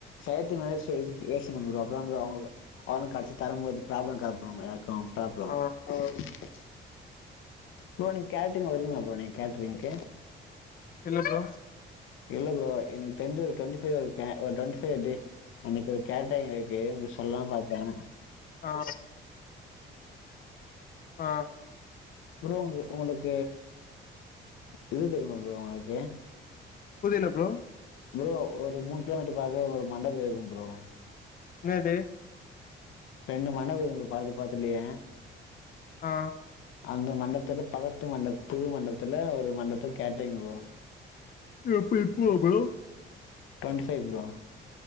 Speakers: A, on the left (about 85°); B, on the left (about 45°).
A: செய்ரதுக்கு முன்னாடி பேசனு ப்ரோ அப்ப தா ப்ரோ அவங்க அவங்க கடைசி தரும்போது ப்ராப்ளம் இருக்காது ப்ரோ
B: ஆ
A: <unintelligible> ப்ரோ நீங்க கேட்ரிங் வரீங்களா ப்ரோ நீங்க கேட்ரிங்க்கு
B: இல்ல ப்ரோ
A: இல்ல ப்ரோ எனக்கு தெரிஞ்ச ஒரு டுவெண்ட்டிஃபை டுவெண்ட்டிஃபை அனைக்கு ஒரு கேட்ரிங் இருக்கு உங்களுக்கு சொல்லலா பாத்த
B: ஆ ஆ
A: ப்ரோ ஓ ஒனக்கு இது தெரியுமா ப்ரோ உனக்கு
B: புது என்ன ப்ரோ
A: ப்ரோ ஒரு மூணு கிலோமீட்டர் பாத்தா ஒரு மண்டப இருக்கு <unintelligible>
B: என்னது
A: ரெண்டு மணவு பாத்து பாத்துலயே
B: ஆ
A: அந்த மண்டத்துல பக்கத்து மண்ட புது மண்டபத்துல ஒரு மண்டபத்த கேட்டரீங் புரோ
B: எப்ப இப்பவா ப்ரோ
A: டுவென்டிஃபைவ் ப்ரோ